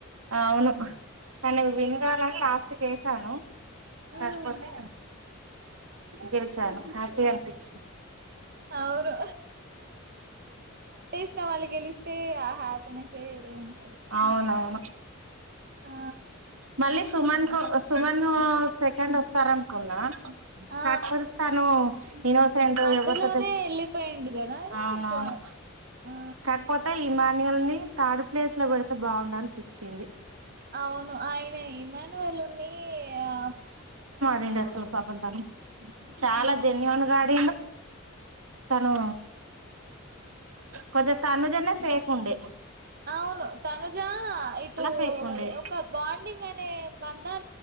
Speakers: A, on the right; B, on the right.
A: అవును తను వినగాలని లాస్ట్ వసాను కాకపోతే
B: మ్మ్
A: గెలిచాను
B: ఆ
A: హ్యాపీ అనిపించ
B: అవును సిన వాళ్లు గెలిస్తే ఆ హ్యాపీనెస్ వేరే ఉంటది
A: అవునవును
B: ఆ
A: మళ్ళీ సుమన్ కు సుమన్ సెకండ్ వస్తు స్తార అనుకున్నా
B: ఆ
A: కాకపోతే తను ఇనోసెంట
B: మధ్యలోనే
A: ఎవోస
B: వెళ్ళిపోయిండు కదా అని
A: అవునవును
B: కొ ఆ
A: కాకపోతే ఇమాన్యువల్ని థర్డ్ ప్లేస్ లో పెడితే బాగుండనిపించింది
B: అవును ఆయన ఇమాన్యువల్డి ఆ
A: నేను అసలు టాను చాలా
B: ఆ
A: జెన్యుూన్ గాడ తను కొజ తనుజనా ఫేక్ కుండే
B: అవును తనుజా ఇటు
A: ఫేక్ ఉండే
B: ఒక బాండింగ్ అనే బంద